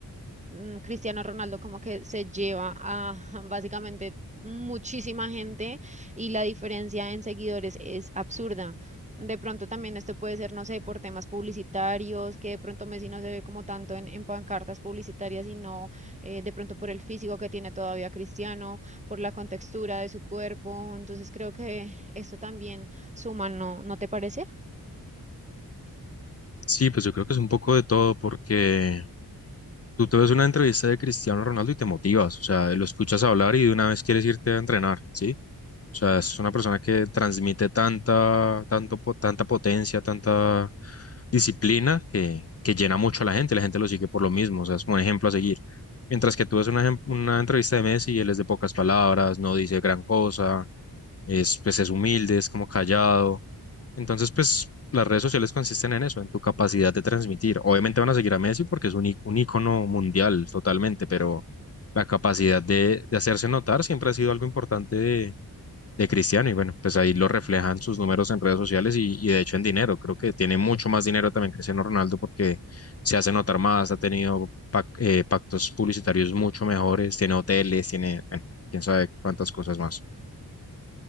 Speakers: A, on the right (about 20°); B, on the left (about 40°).
A: mm, Cristiano Ronaldo como que se lleva a <laughs> básicamente muchísima gente y la diferencia en seguidores es absurda. De pronto también esto puede ser, no sé, por temas publicitarios, que de pronto Messi no se ve como tanto en, en pancartas publicitarias, sino eh, de pronto por el físico que tiene todavía Cristiano, por la contextura de su cuerpo. Entonces creo que esto también suma, ¿no? ¿No te parece?
B: Sí, pues yo creo que es un poco de todo porque tú te ves una entrevista de Cristiano Ronaldo y te motivas, o sea, lo escuchas hablar y de una vez quieres irte a entrenar, ¿sí? O sea, es una persona que transmite tanta, tanto, po- tanta potencia, tanta disciplina que, que llena mucho a la gente, la gente lo sigue por lo mismo, o sea, es como un ejemplo a seguir. Mientras que tú ves una, ejem- una entrevista de Messi, él es de pocas palabras, no dice gran cosa, es, pues es humilde, es como callado. Entonces, pues las redes sociales consisten en eso, en tu capacidad de transmitir. Obviamente van a seguir a Messi porque es un, í- un ícono mundial totalmente, pero la capacidad de, de hacerse notar siempre ha sido algo importante de Cristiano y bueno, pues ahí lo reflejan sus números en redes sociales y, y de hecho en dinero. Creo que tiene mucho más dinero también Cristiano Ronaldo porque se hace notar más, ha tenido pac- eh, pactos publicitarios mucho mejores, tiene hoteles, tiene, bueno, quién sabe cuántas cosas más.